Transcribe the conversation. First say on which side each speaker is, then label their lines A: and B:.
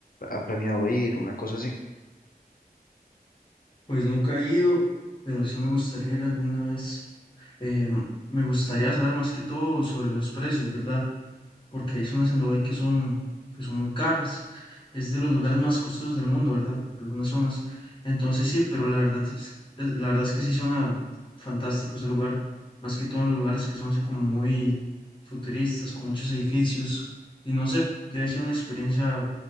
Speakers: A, on the left; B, on the left.
A: ha planeado ir, una cosa así?
B: Pues nunca he ido, pero sí me gustaría ir alguna vez. Eh, me gustaría saber más que todo sobre los precios, ¿verdad? Porque hay zonas en Dubái que son, que son muy caras. Es de los lugares más costosos del mundo, ¿verdad? Algunas zonas. Entonces sí, pero la verdad es, es- la verdad es que sí suena fantástico ese lugar. Más que todo en los lugares que son así como muy futuristas, con muchos edificios. Y no sé, debe ser una experiencia